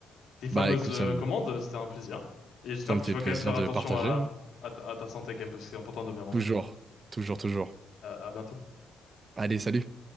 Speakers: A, on the left; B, on the right.
A: tes fameuses
B: Bah écoute,
A: euh,
B: ça me,
A: commandes. C'était un plaisir. Et j'espère
B: ça me
A: que
B: fait
A: tu vas
B: plaisir
A: quand même faire
B: de
A: attention
B: partager.
A: à,
B: hein.
A: à, ta à ta santé, quand même, parce que c'est important de bien manger.
B: Toujours, toujours, toujours.
A: Euh, à bientôt.
B: Allez, salut.